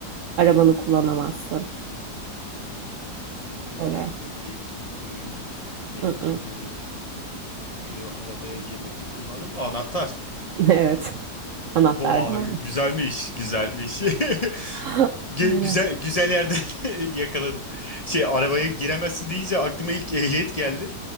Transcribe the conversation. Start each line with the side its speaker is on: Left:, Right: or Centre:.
Right: Arabanı kullanamazsın.
Left: Hmm,
Right: Öyle.
Left: ehliyet kimlik değil. Ney?
Right: Mm-mm.
Left: Ee, eve arabaya girmekte kullandım. Anahtar.
Right: <laughs> Evet. Anahtar
Left: Oha,
Right: doğru.
Left: güzelmiş, güzelmiş. <laughs>
Right: <laughs>
Left: Ge-
Right: Aynen.
Left: Güzel güzel yerden <laughs> yakaladın. Şey arabaya giremezsin deyince aklıma ilk ehliyet geldi.